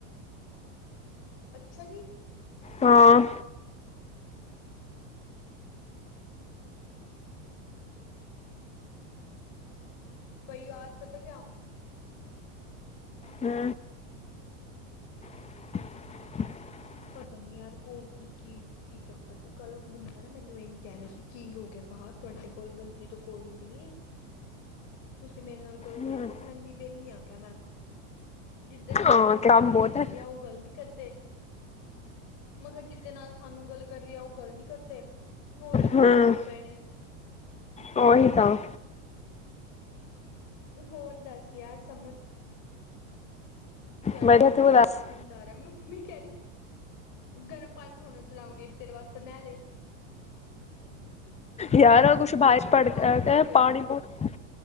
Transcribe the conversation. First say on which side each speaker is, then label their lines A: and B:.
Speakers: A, on the left (about 55°); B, on the left (about 15°).
A: ਅੱਛਾ ਜੀ!
B: ਹਾਂ।
A: ਬਾਈ ਯਾਰ ਪਤਾ ਕਿਆ?
B: ਹੂੰ। <unintelligible>
A: ਪਤਾ ਨੀ ਯਾਰ ਕੋ, ਕੀ- ਕੀ ਚੱਕਰ ਸੀ। ਕੱਲ ਮੁੰਡਾ ਨਾ ਮੈਨੂੰ ਇਹੀ ਕਹਿ ਰਿਹਾ ਸੀ, ਕੀ ਹੋ ਗਿਆ? ਕਿਹਾ ਤੁਹਾਡੇ ਕੋਲ ਗ਼ਲਤੀ ਤੋਂ ਕੋਲ ਮਿਲ ਨੀ। ਤੁਸੀਂ ਮੇਰੇ ਨਾਲ। ਗੱਲ
B: ਹਮ
A: ਕਰੋ ਮੈ ਖਾ ਐਣੀ ਵਿਹਲੀ ਆ ਕਿਆ ਮੈਂ। ਜਿਦੇ ਨਾਲ
B: ਹਾਂ
A: ਸਾਨੂੰ
B: ਕੰਮ
A: ਗੱਲ ਕਰਨੀ
B: ਬਹੁਤ ਹੈ
A: ਆ। ਉਹ ਗੱਲ ਨੀ ਕਰਦੇ? ਮੈਂ ਕਿਹਾ ਜਿਾਦੇ ਨਾਲ ਸਾਨੂੰ ਗੱਲ ਕਰਨੀ ਆ। ਉਹ ਗੱਲ ਨੀ ਕਰਦੇ, ਹੋਰ ਐਵੇਂ
B: ਹਮ
A: ਸੀ ਰੋਏ ਪੈਣੇ ਨੇ।
B: ਉਹੀ ਤਾਂ।
A: ਹੋਰ ਦਸ ਯਾਰ ਸਮਨ। ਯਾਰ
B: ਵਧੀਆ
A: ਪਾਣੀ
B: ਤੂੰ
A: ਵੀ
B: ਦੱਸ
A: ਇੰਨਾ ਠੰਡਾ ਆ ਰਿਹਾ। ਮੰਮੀ ਕਹਿ ਰਹੀ, ਗਰਮ ਪਾਣੀ ਥੋਣਣਾ ਚਲਾਵਾਂਗੇ, ਤੇਰੇ ਵਾਸਤੇ ਨਹਿਲੇ
B: ਯਾਰ ਕੁਛ ਬਾਅਰੀ ਚ ਪੜ
A: ਪੰਜ
B: ਕੇ
A: ਵਜੇ ਆਇਆ
B: ਪਾਣੀ ਬਹੁ